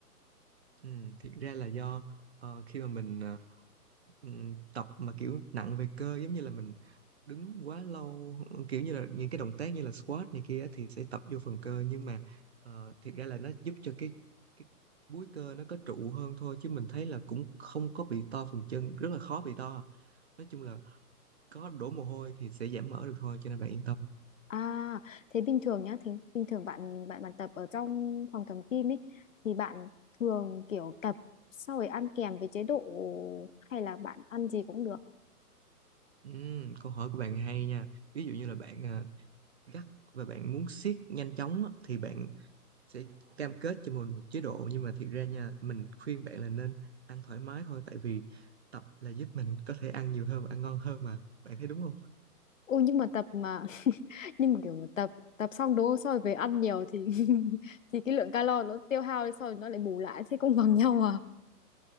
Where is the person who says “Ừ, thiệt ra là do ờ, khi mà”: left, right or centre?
Right